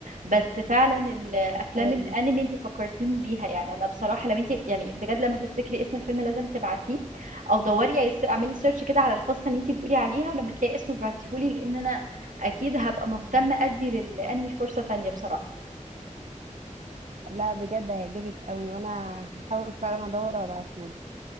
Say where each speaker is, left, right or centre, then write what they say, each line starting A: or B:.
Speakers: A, on the right; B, on the right.
A: بس فعلا الافلام
B: ايوه
A: الانمي انت فكرتيني بيها يعني انا بصراحة لو انت يعني بجد لما تفتكري اسم الفيلم لازم تبعتيه او دوري يا س- اعملي سيرش كده على القصة اللي انت بتقولي عليها ولما تلاقي اسمه ابعتيهولي لان انا اكيد هبقى مهتمة ادي للانمي فرصة تانية بصراحة
B: لا بجد هيعجبك قوي وانا هحاول فعلا ادور ابعتهولك